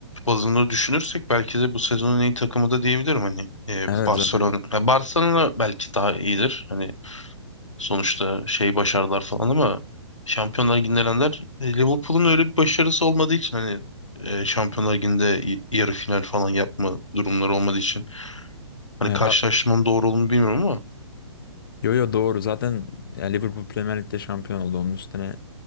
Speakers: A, on the left; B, on the left.
A: bazında düşünürsek belki de bu sezonun en iyi takımı da diyebilirim hani e,
B: Evet
A: Barcelona
B: zaten.
A: ha, Barcelona belki daha iyidir. Hani sonuçta şey başarılar falan ama Şampiyonlar Ligi'nde elenenler e, Liverpool'un öyle bir başarısı olmadığı için hani e, Şampiyonlar Ligi'nde y- yarı final falan yapma durumları olmadığı için hani
B: Evet
A: karşılaştırmanın doğru olduğunu bilmiyorum ama
B: Yo yo doğru. Zaten ya Liverpool Premier Lig'de şampiyon oldu. Onun üstüne